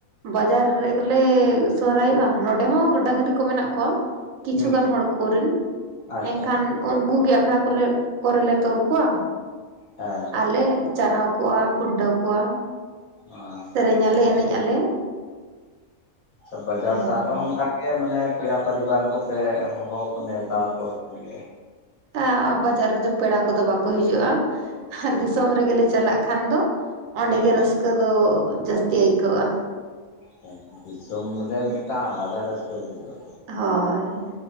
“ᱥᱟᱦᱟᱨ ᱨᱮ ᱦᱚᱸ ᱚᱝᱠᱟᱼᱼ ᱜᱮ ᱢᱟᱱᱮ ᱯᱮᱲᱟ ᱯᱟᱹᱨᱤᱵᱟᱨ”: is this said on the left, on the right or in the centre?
Left